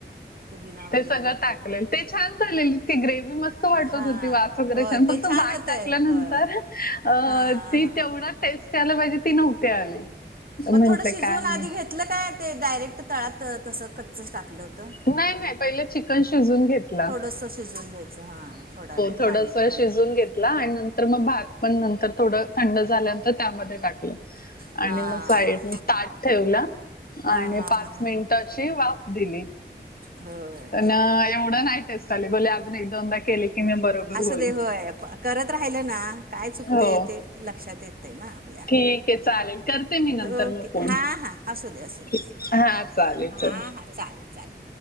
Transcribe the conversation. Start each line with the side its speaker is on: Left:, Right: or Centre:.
Right: पुदिना वगैरे
Left: ते सगळं
Right: भरपूर
Left: टाकलेल ते छान झालेली ती ग्रेव मस्त. वाटत
Right: हां
Left: होती वास वगैरे
Right: हो
Left: फक्त
Right: ते छान
Left: वाट
Right: होतं
Left: टाकल्यानंतर
Right: आहे हो
Left: अ
Right: हां
Left: ती तेवढा. टस्ट आला पाहिजे ती नव्हती आली. म्हंटल
Right: मग थोडं शिजवून
Left: काय नाही
Right: आधी घेतलं काय ते डायरेक्ट तळात तसं कच्चच टाकलं होतं.
Left: नाही नाही पहिले चिकन शिजून घेत.
Right: थोडंसं शिजवून घ्यायचं हां थोडा वेळ
Left: थोडस
Right: पाणी हळद
Left: शिजून घेतला आणि नंतर मग भात पण नर थोडं थंड झाल्यानंतर त्यामध्ये टाकलं.
Right: हां
Left: आणि मग साईड
Right: हां
Left: ताट ठेवला
Right: हां
Left: आणि पाच
Right: हां हां
Left: मिनिटं
Right: हां
Left: अशी वाफ दिली.
Right: होय
Left: पण एवढं नाही टेस्ट आली बोले अजून एक दोनदा केले की मी बरोबर.
Right: असं
Left: होईल
Right: दे होय करत राहिलं ना काय चुकतंय
Left: हो
Right: ते लक्षात येतय ना आपल्याला.
Left: ठीक आहे चालेल. करते मी नंतर
Right: ओके
Left: मग फोन
Right: हां हां असू दे असू दे
Left: ठीक
Right: असू दे
Left: हा
Right: हां
Left: चालेल
Right: हां हां
Left: चल
Right: हां चालेल चालेल.